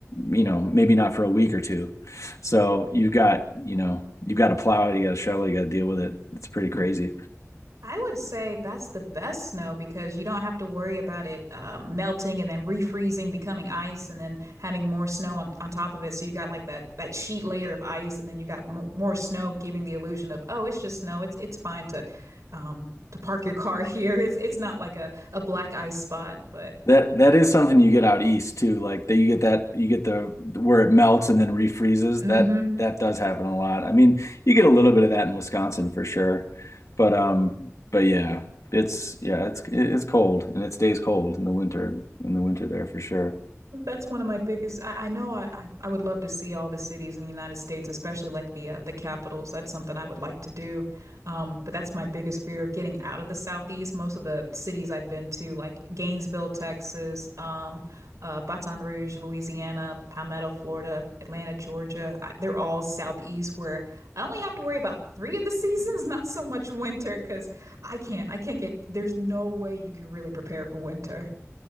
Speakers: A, on the left; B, on the right.
A: you know, maybe not for a week or two. So you've got, you know, you've got to plow it, you got to shovel, you got to deal with it. It's pretty crazy.
B: I would say that's the best snow because you don't have to worry about it um, melting and then refreezing, becoming ice, and then having more snow on, on top of it. So you got like that that sheet layer of ice, and then you got m more snow, giving the illusion of oh, it's just snow. It's it's fine to um, to park your car here. <laughs> It's it's not like a, a black ice spot, but
A: That that is something you get out east too. Like that you get that you get the where it melts and then refreezes.
B: mm-hmm.
A: That that does happen a lot. I mean, you get a little bit of that in Wisconsin for sure. But um but yeah, it's yeah, it's it's cold and it stays cold in the winter in the winter there for sure.
B: That's one of my biggest. I, I know I, I, I would love to see all the cities in the United States, especially like the uh, the capitals. That's something I would like to do. Um, but that's my biggest fear of getting out of the Southeast. Most of the cities I've been to, like Gainesville, Texas, um, uh, Baton Rouge, Louisiana, Palmetto, Florida, Atlanta, Georgia, I, they're all Southeast where I only have to worry about three of the <laughs> seasons, not so much winter, because I can't I can't get. There's no way you can really prepare for winter.